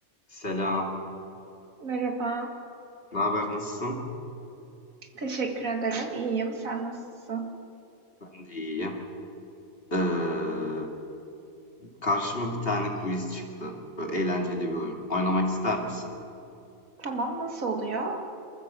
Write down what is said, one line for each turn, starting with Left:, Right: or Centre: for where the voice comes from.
Left: Selam.
Right: Merhaba,
Left: Ne haber, nasılsın?
Right: teşekkür ederim. İyiyim. Sen nasılsın?
Left: Ben de iyiyim. Ee, karşıma bir tane quiz çıktı. Böyle eğlenceli bir oyun. Oynamak ister misin?
Right: Tamam, nasıl oluyor?